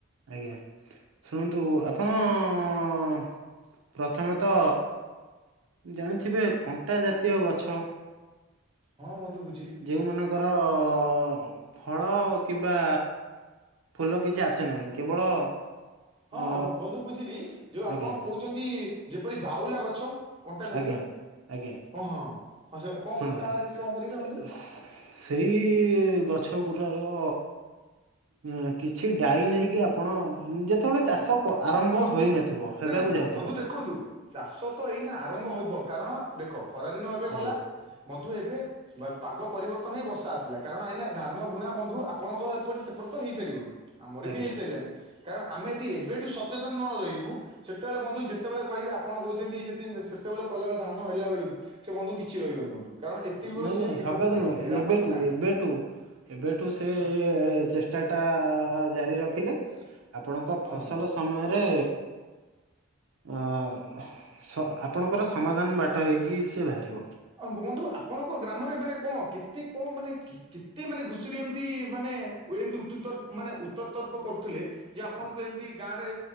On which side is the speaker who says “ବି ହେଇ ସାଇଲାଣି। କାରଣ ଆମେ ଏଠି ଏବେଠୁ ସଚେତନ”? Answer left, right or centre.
Right